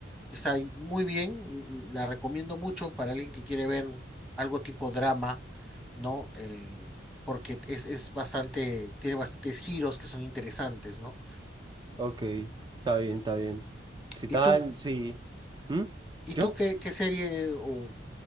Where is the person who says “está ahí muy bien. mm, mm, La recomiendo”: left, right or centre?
Centre